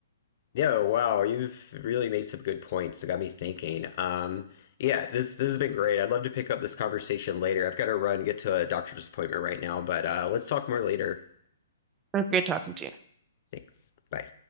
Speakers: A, on the left (about 45°); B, on the right (about 20°).
A: yeah. Wow, you've really made some good points that got me thinking. Um, yeah, this this has been great. I'd love to pick up this conversation later. I've got to run, get to a doctor's appointment right now, but uh, let's talk more later.
B: It was great talking to you.
A: Thanks. Bye.